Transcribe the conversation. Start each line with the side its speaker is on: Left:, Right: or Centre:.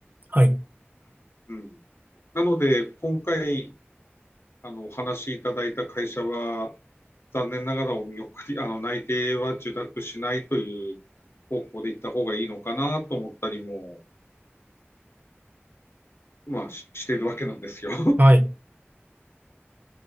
Right: はい、
Left: うん、なので、今回あのお話しいただいた会社は、残念ながらお見送り、あの内定は受諾しないという方向で行った方がいいのかなと思ったりも、まあ、ししているわけなんですよ。
Right: はい、